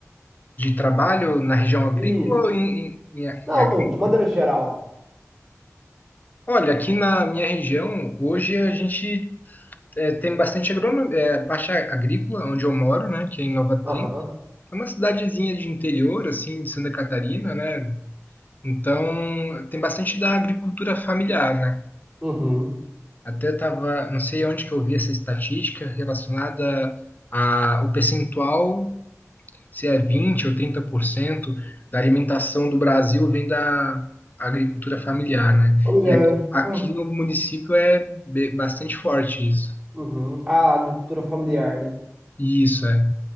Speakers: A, on the left (about 35°); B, in the centre.
A: De trabalho na região agrícola
B: Isso.
A: ou em, em, em-
B: Não,
A: em agrícola?
B: de maneira geral.
A: Olha, aqui na minha região, hoje a gente é, tem bastante agronomia, é, baixa agrícola, onde eu moro, né? Que é em Nova
B: Aham.
A: Trim. É uma cidadezinha de interior, assim, de Santa Catarina, né? Então, tem bastante da agricultura familiar, né?
B: Uhum.
A: Até tava, não sei onde que eu vi essa estatística relacionada a o percentual, se é 20 ou 30% da alimentação do Brasil vem da agricultura familiar, né?
B: Familiar.
A: E aqui, aqui
B: Ah,
A: no município é be- bastante forte isso.
B: Uhum. A agricultura familiar, né?
A: Isso é.